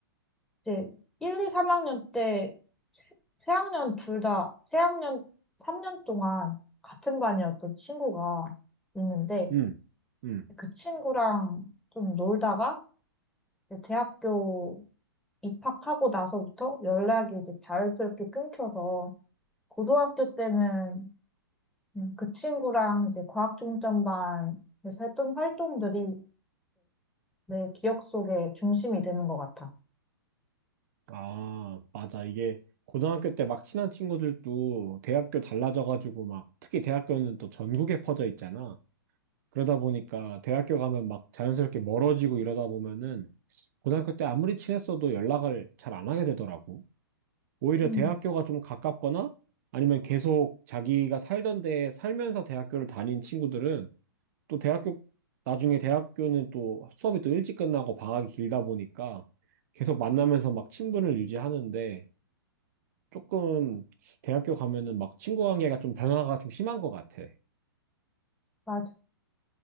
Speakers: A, in the centre; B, on the right.
A: 이제 1, 2, 3학년 때 세, 세 학년 둘 다, 세 학년 3년 동안 같은 반이었던 친구가 있는데
B: 음. 음.
A: 그 친구랑 좀 놀다가 이제 대학교 입학하고 나서부터 연락이 이제 자연스럽게 끊겨서 고등학교 때는 음, 그 친구랑 이제 과학중점반에서 했던 활동들이 내 기억 속에 중심이 되는 것 같아.
B: 아, 맞아. 이게 고등학교 때 막 친한 친구들도 대학교 달라져가지고 막 특히 대학교는 또 전국에 퍼져 있잖아. 그러다 보니까 대학교 가면 막 자연스럽게 멀어지고 이러다 보면은 고등학교 때 아무리 친했어도 연락을 잘 안 하게 되더라고. 오히려
A: 음.
B: 대학교가 좀 가깝거나 아니면 계속 자기가 살던 데에 살면서 대학교를 다닌 친구들은 또 대학교, 나중에 대학교는 또 수업이 또 일찍 끝나고 방학이 길다 보니까 계속 만나면서 막 친분을 유지하는데 조금 대학교 가면은 막 친구 관계가 좀 변화가 좀 심한 것 같아.
A: 맞아.